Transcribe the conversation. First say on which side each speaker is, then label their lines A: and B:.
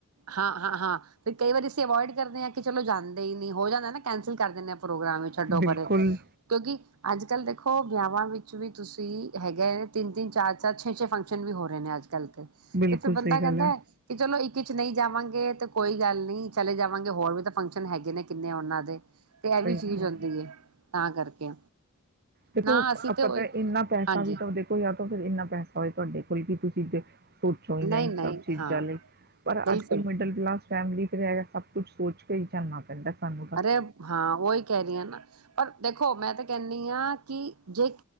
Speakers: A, on the right (about 70°); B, on the right (about 45°).
A: ਹਾਂ, ਹਾਂ, ਹਾਂ ਤੇ ਕਈ ਵਾਰੀ ਅਸੀਂ ਅਵੋਇਡ ਕਰਦੇ ਹਾਂ ਕਿ ਚਲੋ ਜਾਂਦੇ ਹੀ ਨਹੀਂ, ਹੋ ਜਾਂਦਾ ਨਾ ਕੈਂਸਲ ਕਰ ਦਿੰਦੇ ਆ ਪ੍ਰੋਗਰਾਮ ਵੀ ਛੱਡੋ
B: ਬਿਲਕੁਲ
A: ਪਰੇ ਕਿਉਂਕਿ ਅੱਜ ਕੱਲ੍ਹ ਦੇਖੋ ਵਿਆਹਾਂ ਵਿੱਚ ਵੀ ਤੁਸੀਂ ਹੈਗਾ ਤਿੰਨ- ਤਿੰਨ, ਚਾਰ- ਚਾਰ, ਛੇ- ਛੇ ਫੰਕਸ਼ਨ ਵੀ ਹੋ ਰਹੇ ਨੇ ਅੱਜ ਹੈ।
B: ਬਿਲਕੁਲ
A: ਤੇ ਫਿਰ ਬੰਦਾ
B: ਸਹੀ
A: ਕਹਿੰਦਾ
B: ਗੱਲ ਆ।
A: ਹੈ ਕਿ ਚਲੋ ਇੱਕ ਕਿ ਨਹੀਂ ਜਾਵਾਂਗੇ ਤੇ ਕੋਈ ਗੱਲ ਨੀ, ਚਲੇ ਜਾਵਾਂਗੇ ਹੋਰ ਵੀ ਤਾਂ ਫੰਕਸ਼ਨ ਹੈਗੇ ਨੇ ਕਿੰਨੇ ਉਹਨਾਂ ਦੇ। ਤੇ ਇਹ
B: ਸਹੀ
A: ਵੀ ਚੀਜ਼
B: ਗੱਲ ਆ।
A: ਹੁੰਦੀ। ਤਾਂ ਕਰਕੇ
B: ਦੇਖੋ
A: ਨਾ ਅਸੀਂ
B: ਆਪਾਂ
A: ਤੇ ਉਹੀ
B: ਤਾਂ ਇੰਨਾ ਪੈਸਾ
A: ਹਾਂਜੀ
B: ਵੀ ਤਾਂ ਦੇਖੋ ਜਾਂ ਤਾਂ ਫਿਰ ਇੰਨਾ ਪੈਸਾ ਹੋਏ ਤੁਹਾਡੇ <unintelligible> ਸੋਚੋ ਹੀ
A: ਨਹੀਂ-ਨਹੀਂ
B: ਨਹੀਂ ਸਭ ਚੀਜ਼
A: ਹਾਂ
B: ਲਈ, ਪਰ
A: ਬਿਲਕੁਲ
B: ਅੱਜ ਕੱਲ੍ਹ ਮਿਡਲ ਕਲਾਸ ਫੈਮਿਲੀ ਤੇ ਹੈਗਾ ਸਭ ਕੁੱਛ ਸੋਚ ਕੇ ਹੀ ਚੱਲਣਾ ਪੈਂਦਾ। ਸਾਨੂੰ ਤਾਂ।
A: ਅਰੇ ਹਾਂ ਉਹੀ ਕਹਿ ਰਹੀ ਆ ਨਾ, ਪਰ ਦੇ ਦੇਖੋ ਮੈਂ ਤੇ ਕਹਿਣੀ ਹਾਂ, ਕਿ ਜੇ